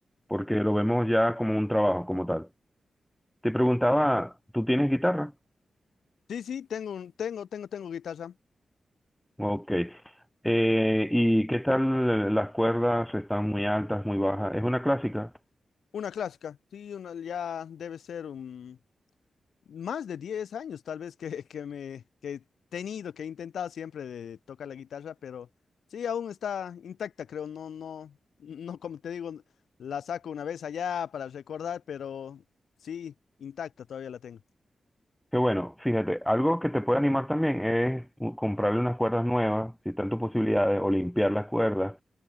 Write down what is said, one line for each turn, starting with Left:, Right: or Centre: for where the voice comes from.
Centre: porque lo vemos ya como un trabajo, como tal. Te preguntaba, ¿tú tienes guitarra?
Left: Sí, sí, tengo, un- tengo, tengo, tengo guitarra.
Centre: Ok. Eh, ¿y qué tal las cuerdas? ¿Están muy altas, muy bajas? ¿Es una clásica?
Left: Una clásica, sí, una, ya debe ser un, más de 10 años tal vez que, que me que he tenido, que he intentado siempre de tocar la guitarra, pero sí, aún está intacta, creo, no, no, no, como te digo, la saco una vez allá para recordar, pero sí, intacta todavía la tengo.
Centre: Qué bueno, fíjate, algo que te puede animar también es u- comprarle unas cuerdas nuevas, si están tus posibilidades, o limpiar las cuerdas.